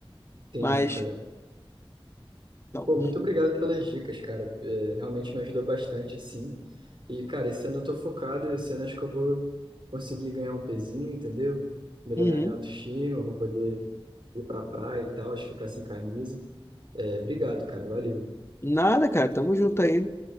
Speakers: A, on the right; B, on the left.
A: Entendi,
B: Mas,
A: cara.
B: não.
A: Pô, muito obrigado pelas dicas, cara. É, realmente me ajudou bastante, assim. E, cara, esse ano eu tô focado, esse ano acho que eu vou conseguir ganhar um pezinho, entendeu? Melhorar
B: Uhum.
A: minha autoestima, eu vou poder ir pra praia e tal, acho que ficar sem camisa. É, obrigado, cara. Valeu.
B: Nada, cara, tamo junto aí.